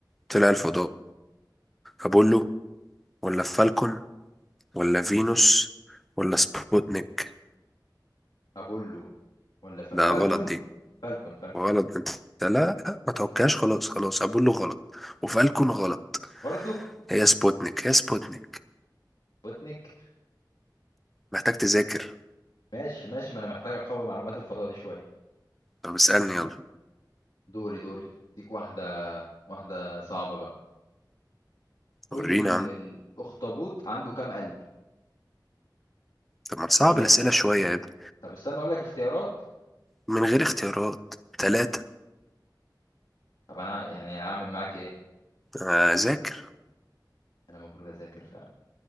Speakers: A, in the centre; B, on the left.
A: طلع الفضاء ابولو ولا فالكون ولا فينوس ولا سبوتنيك
B: ابولو ولا ف...
A: ده
B: فالكون
A: غلط دي
B: فالكون فالكون
A: غلط انت لا لا ما توكاش خلاص خلاص ابولو غلط وفالكون غلط
B: برضو
A: هي سبوتنيك هي سبوتنيك
B: بوتنيك
A: محتاج تذاكر
B: ماشي ماشي ما انا محتاج اقوي معلومات الفضاء دي شويه
A: طب اسألني يلا
B: دوري دوري ديك واحده واحده صعبه بقى قول
A: ورينا
B: لي ال-
A: يا عم
B: الاخطبوط عنده كام قلب
A: طب ما تصعب
B: اقول لك
A: الأسئلة شوية يا ابني
B: طب استنى اقول لك اختيارات
A: من غير اختيارات تلاتة
B: طب انا يعني اعمل معاك ايه
A: آه، أذاكر
B: انا المفروض اذاكر فعلا